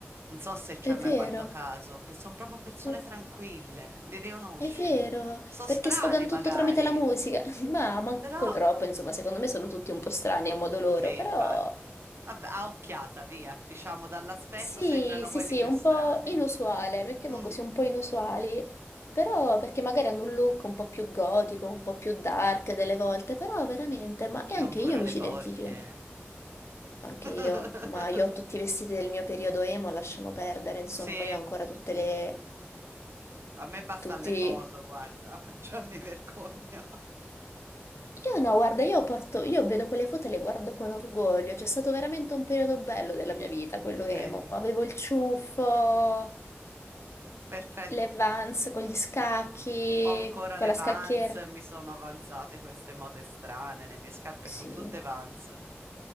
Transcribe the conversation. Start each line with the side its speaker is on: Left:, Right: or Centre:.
Right: Non so se ci
Left: è
Right: hai
Left: vero,
Right: mai fatto caso, che sono proprio persone
Left: Oh,
Right: tranquille, li riconosci.
Left: è vero,
Right: Sono
Left: perché
Right: strani
Left: sfogano
Right: magari,
Left: tutto tramite la musica, <laughs> ma manco
Right: però
Left: troppo, insomma, secondo me sono tutti un po' strani a modo loro,
Right: sì,
Left: però...
Right: infatti. Vabbè, a occhiata, via. Diciamo, dall'aspetto
Left: Sì,
Right: sembrano
Left: sì,
Right: quelli
Left: sì,
Right: più
Left: un
Right: strani.
Left: po' inusuale, mettiamo
Right: Mm,
Left: così, un po' inusuali, però perché magari hanno un look un po' più gotico, un po' più dark delle volte, però veramente, ma e
Right: io
Left: anche
Right: ho ancora
Left: io mi
Right: le
Left: ci
Right: borchie.
Left: identifico,
Right: <laughs>
Left: anche io, ma io ho tutti i vestiti del mio periodo emo, lasciamo perdere, insomma,
Right: Se,
Left: io ho ancora tutte le,
Right: A me basta
Left: tutti...
Right: Allefoso, guarda, <laughs> cioè mi vergogno.
Left: Io no, guarda, io porto, io vedo quelle foto e le guardo con orgoglio, c'è stato veramente un periodo bello della mia vita, quello emo,
Right: Vedi?
Left: avevo il ciuffo...
Right: Perfetto.
Left: le Vans con gli scacchi,
Right: Ho ancora
Left: con
Right: le
Left: la
Right: Vans,
Left: scacchiera.
Right: mi sono avanzate queste mode strane, le mie scarpe
Left: Sì,
Right: sono tutte Vans.